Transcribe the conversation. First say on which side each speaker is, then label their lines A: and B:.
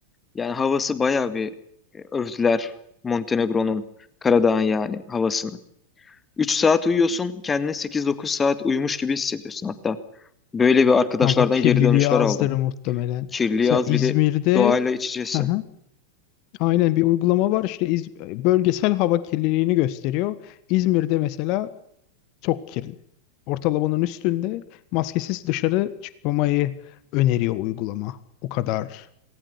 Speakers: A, on the left; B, on the left.
A: Yani havası bayağı bir e, övdüler Montenegro'nun Karadağ'ın yani havasını. 3 saat uyuyorsun, kendini 8-9 saat uyumuş gibi hissediyorsun hatta. Böyle bir arkadaşlardan
B: Hava kirliliği
A: geri dönüşler
B: azdır
A: aldım.
B: muhtemelen.
A: Kirli
B: Mesela
A: az
B: İzmir'de
A: bir de doğayla iç içesin.
B: Aha, aynen bir uygulama var işte İz- bölgesel hava kirliliğini gösteriyor. İzmir'de mesela çok kirli. Ortalamanın üstünde maskesiz dışarı çıkmamayı öneriyor uygulama. O kadar